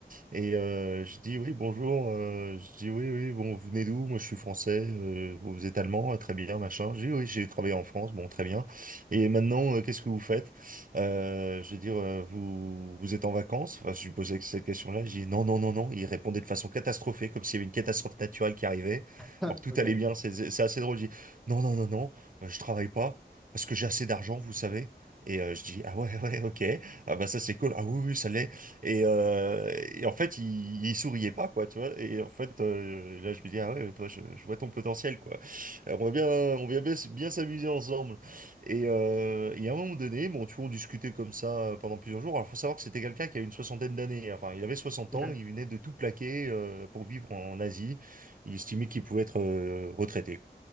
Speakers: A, on the right; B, in the centre.
A: Et euh, je dis oui, bonjour. euh, je dis oui, oui, bon, vous venez d'où? Moi, je suis français. euh, vous êtes allemand? Ah, très bien, machin. Je dis oui, j'ai travaillé en France. Bon, très bien. Et maintenant, euh, qu'est-ce que vous faites? Euh, je veux dire, euh, vous, vous êtes en vacances? Enfin, je lui posais cette question-là. Je dis non, non, non, non. Il répondait de façon catastrophée, comme s'il y avait une catastrophe naturelle qui arrivait.
B: Ah,
A: Alors que
B: Ok.
A: tout allait bien. C'est c'est- c'est assez drôle. Je dis non, non, non, non. euh, Je travaille pas parce que j'ai assez d'argent, vous savez. Et euh, je dis ah ouais, ouais, ok. Ah bah ça c'est cool. Ah oui, oui, ça l'est. Et, euh, et en fait, il, il souriait pas, quoi, tu vois. Et en fait, euh, là, je me dis, ah ouais, toi, je, je vois ton potentiel, quoi. Euh, On va bien, on va bien, s- bien s'amuser ensemble. Et, euh, et à un moment donné, bon, tu vois, on discutait comme ça pendant plusieurs jours. Alors, faut savoir que c'était quelqu'un qui a une soixantaine d'années. hein. Enfin, il avait 60
B: Ok.
A: ans, il venait de tout plaquer euh, pour vivre en Asie. Il estimait qu'il pouvait être euh, retraité.